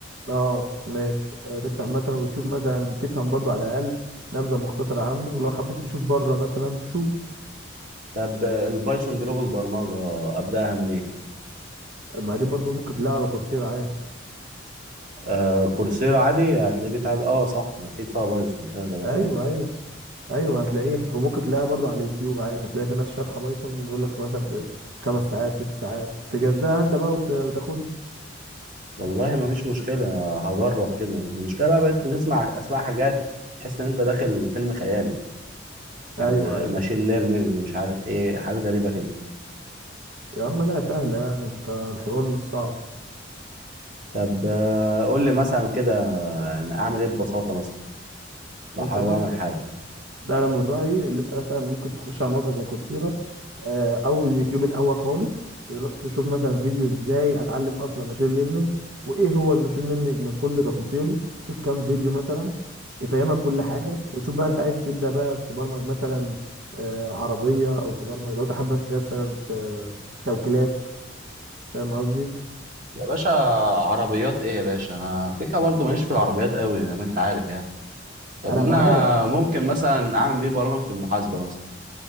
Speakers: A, on the right (about 70°); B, on the right (about 45°).
A: اه ماشي آه، تفتح مثلا وتشوف مثلا تفهم برضو على الاقل نبذه مختصره عنه ولو حبيت تشوف بره مثلا تشوف
B: طب البايثون دي لغة برمجة ابدأها منين
A: ما دي برضو ممكن تلاقيها على كورسيرا عادي
B: آه كورسيرا عادي هتلاقيه بيتعاد اه صح ما اكيد فيها بايثون ايه الغباء
A: ايوه
B: ده
A: ايوه ايوه هتلاقيها وممكن تلاقيها برضو على اليوتيوب عادي هتلاقي في ناس شارحه بايثون بيقول لك في مثلا في خمس ساعات ست ساعات تجزاها انت بقى وت- وتاخدها
B: والله ما فيش مشكله هجرب كده المشكله بقى بقيت بتسمع اسماء حاجات تحس ان انت داخل فيلم خيالي يعني
A: ايوه ايوه
B: ماشين ليرنينج مش عارف ايه حاجات غريبه كده
A: يا عم لا سهلة يعني انت الحوار مش صعب
B: طب آه قول لي مثلا كده يعني اعمل ايه ببساطه مثلا لو
A: انت
B: حابب
A: بص
B: اعمل حاجه
A: ده انا من رأيي اللي انت مثلا ممكن تخش على موقع زي كورسيرا آه، او اليوتيوب الاول خالص تروح تشوف مثلا فيديو ازاي اتعلم اصلا ماشين ليرنينج وايه هو الماشين ليرنينج من كل تفاصيله تشوف كام فيديو مثلا يفهمك كل حاجة وتشوف بقى انت عايز تبدأ بقى في تبرمج مثلا آه، عربية او تبرمج لو انت حابب مثلا تشتغل في في توكيلات فاهم قصدي
B: يا باشا عربيات ايه يا باشا انا كيكه برضو ماليش في العربيات قوي زي ما انت عارف يعني طب
A: انا
B: ما
A: معاك
B: انا ممكن مثلا اعمل بيه برامج في المحاسبه مثلا